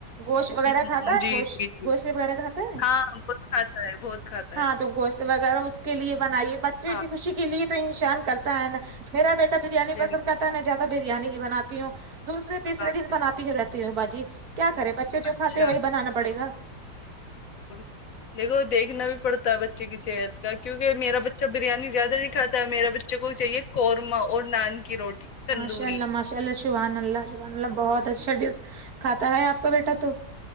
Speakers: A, on the right; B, on the left.
A: گوشت وغیرہ
B: ہوں،
A: کھاتا
B: ہوں،
A: ہے
B: جی
A: گوشت
B: جی جی
A: گوشت وغیرہ کھاتا ہے
B: ہاں بہت کھاتا ہے بہت کھاتا
A: ہاں
B: ہے
A: تو گوشت وغیرہ اس کے لیے بنائیے بچے
B: ہاں
A: کی خوشی کے لیے تو انسان کرتا ہے نا میرا بیٹا بریانی
B: بالکل
A: پسند کرتا ہے میں زیادہ بریانی ہی بناتی ہوں دوسرے تیسرے
B: ہاں
A: دن
B: بالکل
A: بناتی ہی رہتی تی ہوں باجی کیا کرے بچے
B: اچھا
A: جو کھاتے ہے وہی بنانا پڑےگا
B: بالکل دیکھو دیکھنا بھی پڑتا ہے بچے کی صحت کا کیونکہ میرا بچہ بریانی زیادہ نہیں کھاتا ہے میرے بچے کو چاہیے قورما اور نان کی روٹی تندوری
A: ماشاء اللہ ماشاء اللہ شبحان اللہ شبحان اللہ بہت اچھا ڈیش کھاتا ہے آپ کا بیٹا تو